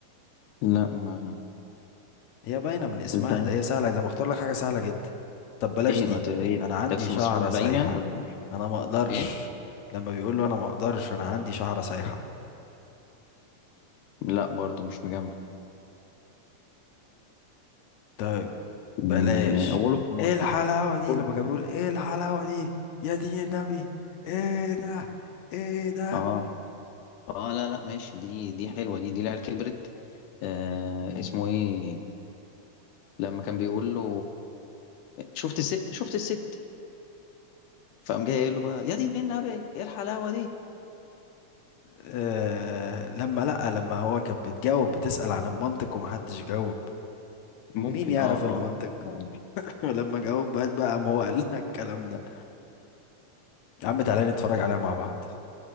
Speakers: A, on the left (about 85°); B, on the left (about 70°).
A: لا ما
B: هي باينة من اسمها
A: ازاي
B: ده هي سهلة ده مختار لك حاجة سهلة جدا طب بلاش
A: ايه
B: دي
A: ما ت... ايه
B: انا عندي
A: كانت في
B: شعرة
A: مسرحية
B: سايحة
A: زعيم يعني ولا ايه مش فاهم
B: انا ما اقدرش
A: ايه
B: لما بيقول له انا ما اقدرش انا عندي شعرة سايحة
A: لا برضو مش مجمع
B: طيب بلاش
A: م- غلب حماري
B: ايه الحلاوة دي
A: خد
B: لما كان بيقول ايه الحلاوة دي يا دين النبي ايه ده ايه ده
A: اه اه لا لا ماشي دي دي حلوه دي دي العيال كبرت آه اسمه ايه لما كان بيقول له شفت الست شفت الست فقام جاي قايل له بقى يا دين النبي ايه الحلاوه دي
B: آه لما لأ لما هو كان بتجاوب بتسأل عن المنطق ومحدش جاوب
A: ممكن
B: مين يعرف
A: اه اه
B: المنطق
A: ممكن
B: <laughs> ولما جاوب بقى بقى قام هو قال لها الكلام ده يا عم تعالى نتفرج عليها مع بعض